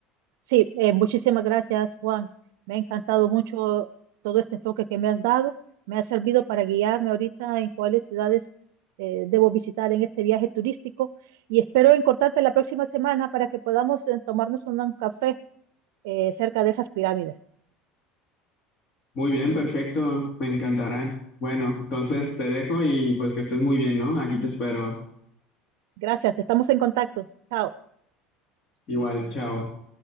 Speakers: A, on the right; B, on the left.
A: Sí, eh, muchísimas gracias, Juan. Me ha encantado mucho todo este enfoque que me has dado. Me ha servido para guiarme ahorita en cuáles ciudades eh, debo visitar en este viaje turístico y espero encontrarte la próxima semana para que podamos eh, tomarnos un café eh, cerca de esas pirámides.
B: Muy bien, perfecto, me encantarán. Bueno, entonces te dejo y pues que estés muy bien, ¿no? Aquí te espero.
A: Gracias, estamos en contacto. Chao.
B: Igual, chao.